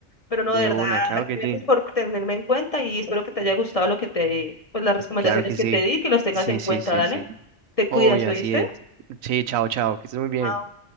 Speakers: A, on the left (about 35°); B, on the right (about 85°).
A: Pero no,
B: De
A: de verdad,
B: una, claro que
A: gracias
B: sí.
A: por tenerme en cuenta y espero que te haya gustado lo que te, pues las recomendaciones
B: Claro que
A: que
B: sí.
A: te di, que los tengas
B: Sí,
A: en
B: sí,
A: cuenta,
B: sí,
A: dale.
B: sí.
A: Te cuidas,
B: Obvio,
A: ¿oíste?
B: así es. Sí, chao, chao, que estés muy bien.
A: Ah,